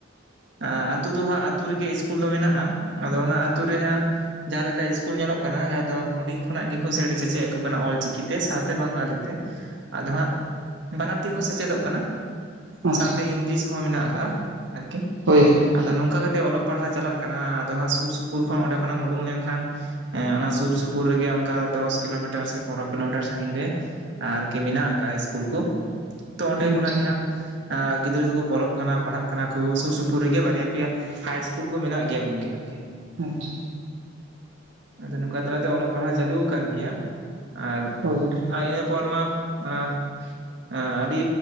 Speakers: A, on the right; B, on the right.
A: ᱟᱸ ᱟᱹᱛᱩ ᱫᱚ ᱦᱟᱸᱜ ᱟᱹᱛᱩ ᱨᱮᱜᱮ ᱤᱥᱠᱩᱞ ᱫᱚ ᱢᱮᱱᱟᱜᱼᱟ, ᱟᱫᱚ ᱚᱱᱟ ᱟᱹᱛᱩ ᱨᱮ ᱦᱟᱸᱜ ᱡᱟᱦᱟᱸ ᱞᱮᱠᱟ ᱤᱥᱠᱩᱞ ᱧᱮᱞᱚᱜ ᱠᱟᱱᱟ, ᱡᱟᱦᱟᱸ ᱫᱚ ᱦᱩᱰᱤᱧ ᱠᱷᱚᱱᱟᱜ ᱜᱮᱠᱚ ᱥᱮᱴ ᱥᱮᱪᱮᱜ ᱟᱠᱩ ᱠᱟᱱᱟ ᱚᱞ ᱪᱤᱠᱤ ᱛᱮ ᱥᱟᱶ ᱛᱮ ᱵᱟᱝᱜᱟᱞᱤ ᱛᱮ ᱟᱫᱚ ᱦᱟᱸᱜ ᱵᱟᱱᱟᱨᱛᱤ ᱠᱚ ᱥᱮᱪᱮᱫᱚᱜ ᱠᱟᱱᱟ
B: ᱟᱪᱪᱷᱟ
A: ᱥᱟᱶᱛᱮ ᱤᱝᱞᱤᱥ ᱦᱚᱸ ᱢᱮᱱᱟᱜ ᱠᱟᱜᱼᱟ ᱟᱨᱠᱤ᱾
B: ᱦᱳᱭ ᱦᱳᱭ᱾
A: ᱟᱫᱚ ᱱᱚᱝᱠᱟ ᱠᱟᱛᱮᱜ ᱚᱞᱚᱜ ᱯᱟᱲᱦᱟᱣ ᱪᱟᱞᱟᱜ ᱠᱟᱱᱟ, ᱟᱫᱚ ᱦᱟᱸᱜ ᱥᱩᱨ ᱥᱩᱯᱩᱨ ᱠᱷᱚᱱ ᱚᱸᱰᱮ ᱠᱷᱚᱱᱮᱢ ᱩᱰᱩᱝ ᱞᱮᱱᱠᱷᱟᱱ ᱦᱮᱸ ᱚᱱᱟ ᱥᱩᱨ ᱥᱩᱯᱩᱨ ᱨᱮᱜᱮ ᱚᱝᱠᱟ ᱫᱚᱥ ᱠᱤᱞᱳ ᱢᱤᱴᱟᱨ ᱥᱮ ᱯᱚᱱᱰᱨᱚ ᱠᱤᱞᱳ ᱢᱤᱴᱟᱨ ᱥᱟᱺᱜᱤᱧ ᱨᱮ ᱟᱨᱠᱤ ᱢᱮᱱᱟᱜ ᱠᱟᱜᱼᱟ ᱤᱥᱠᱩᱞ ᱠᱚ ᱛᱚ ᱚᱸᱰᱮ
B: ᱟᱪᱪᱷᱟ
A: ᱠᱷᱚᱱᱟᱜ ᱜᱮ ᱦᱟᱸᱜ ᱟᱸ ᱜᱤᱫᱽᱨᱟᱹ ᱫᱚᱠᱚ ᱯᱚᱞᱚᱜ ᱠᱟᱱᱟ ᱯᱟᱲᱦᱟᱜ ᱠᱟᱱᱟ ᱠᱚ ᱥᱩᱨᱼᱥᱩᱯᱩᱨ ᱨᱮᱜᱮ ᱵᱟᱨᱭᱟ ᱯᱮᱭᱟ ᱦᱟᱭ ᱤᱥᱠᱩᱞ ᱠᱚ ᱢᱮᱱᱟᱜ ᱜᱮᱭᱟ ᱜᱚᱝᱠᱮ ᱟᱨᱠᱤ᱾
B: ᱟᱪᱪᱷᱟ᱾
A: ᱟᱫᱚ ᱱᱚᱝᱠᱟ ᱛᱟᱞᱟᱛᱮ ᱚᱞᱚᱜ ᱯᱟᱲᱦᱟᱣ ᱪᱟᱹᱞᱩ ᱠᱟᱱ ᱜᱮᱭᱟ ᱟᱨ
B: ᱚ ᱡᱟᱞᱟ᱾
A: ᱟᱨ ᱤᱱᱟᱹ ᱯᱚᱨ ᱢᱟ ᱟᱸ ᱟᱸ ᱟᱹᱰᱤ